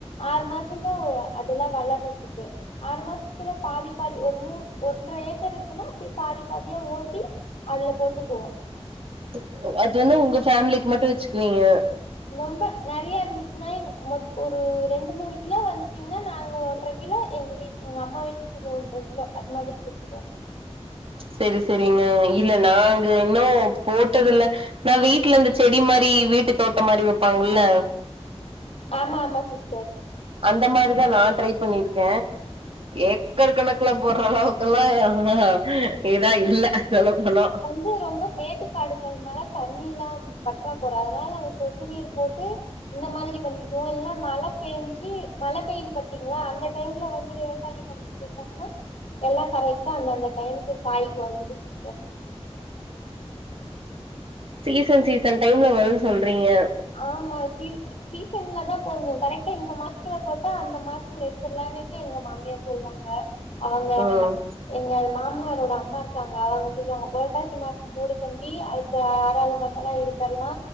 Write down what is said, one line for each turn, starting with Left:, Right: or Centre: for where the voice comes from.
Left: ஆறு மாசன்தா ஒ அதல்லா வளர்ரத்துக்கு ஆறு மாஸ்த்துல பாதி பாதி ஒரு மூ ஒன்ற ஏக்கர் இருக்குன்னா அப்டே பாதி பாதியா ஓட்டி அதுல போட்டுக்குவோ
Right: துத் ஒ அது வந்து உங்க ஃபேமிலிக் மட்டு வச்க்வீங்க
Left: ரொம்ப நெறையா இருந்துச்சுன்னாய் மொத் ஒரு ரெண்டு மூணு கிலோ வந்துச்சிங்னா நாங்க ஒன்ற கிலோ எங்க வீட் எங்க அம்மா வீட்டுக்கு ரெண்ட்ற கிலோ அது மாதிரி குத்ருவ
Right: செரி செரிங்க இல்ல நாங்க இன்னோ போட்டதுல்ல நா வீட்ல இந்த செடி மாரி வீட்டு தோட்டம் மாரி வெப்பாங் இல்ல
Left: ஆமா ஆமா சிஸ்டர்
Right: அந்த மாரிதா நா ட்ரை பண்ணிர்க்க ஏக்கர் கணக்குல போற் றளவுக்குல்லா எஹ் ஹா இதா இல்ல சொல்ல பொனோ
Left: ஹு ரொம்ப மேட்டுக்காடுக்கறனால தண்ணில்லா பற்றா கொற அனால் நாங்க சொட்டு நீர் போட்டு இந்த மாதிரி பண்ணிக்கோ இல்ல மழ பெஞ்சி மழ பெய்து பாத்தீங்ளா அந்த டைம்ல வந்து விவசாயம் பண் <inaudible> எல்லா கரெக்ட்டா அந்தந்த டைம்க்கு காய்க் வந்துடு சிஸ்டர்
Right: சீசன் சீசன் டைம்ல வரு சொல்றீங்க
Left: ஆம் மாசி சீசன்ல தா போட்னு கரெக்ட்டா இந்த மாஸ்த்துல போட்டா அந்த மாஸ்த்துல எடுத்துர்லான்னிட்டு எங்க மாமியார் சொல்வாங்க அவங்கம்மா
Right: ம்.
Left: எங்க மாம்னாரோட அம்மா இருக்காங்க அவங்க சொல்வாங்க பொரட்டாசி மாசோ போடு தம்பி அடுத்து ஆறாது மாசலா எடுத்தர்லா